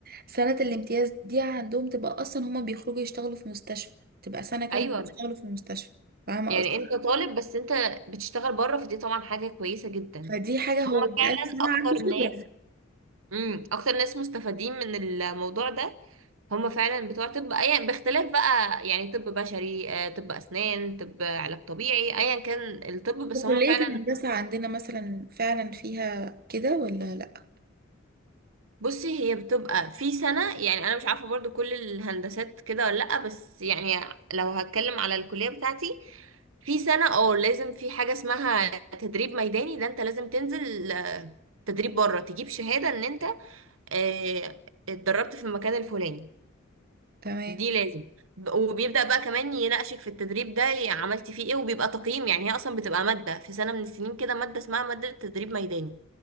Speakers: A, on the right (about 50°); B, on the right (about 75°).
A: سنة الامتياز دي عندهم تبقى اصلا هما بيخرجوا يشتغلوا في مستشفى تبقى سنة كاملة
B: ايوه
A: بيشتغلوا في المستشفى فاهمة
B: يعني
A: قصدي
B: انت طالب بس انت بتشتغل بره فدي طبعا حاجة كويسة جدا
A: فدي حاجة هو
B: هم
A: بقاله
B: فعلا
A: سنة
B: اكتر
A: عنده خبرة
B: ناس امم اكتر ناس مستفادين من الموضوع ده هم فعلا بتوع طب اي باختلاف بقى يعني طب بشري آه، طب اسنان طب علاج طبيعي ايا كان الطب بس
A: وكلية
B: هم فعلا
A: الهندسة عندنا مثلا فعلا فيها كده ولا لأ
B: بصي هي بتبقى في سنة يعني انا مش عارفة برضو كل الهندسات كده ولا لا بس يعني لو هتكلم على الكلية بتاعتي في سنة اه لازم في حاجة اسمها تدريب ميداني ده انت لازم تنزل آه، تدريب بره تجيب شهادة ان انت آه، اتدربت في المكان الفلاني
A: تمام
B: دي لازم ب- وبيبدأ بقى كمان يناقشك في التدريب ده ي- عملتي فيه ايه وبيبقى تقييم يعني هي اصلا بتبقى مادة في سنة من السنين كده مادة اسمها مادة تدريب ميداني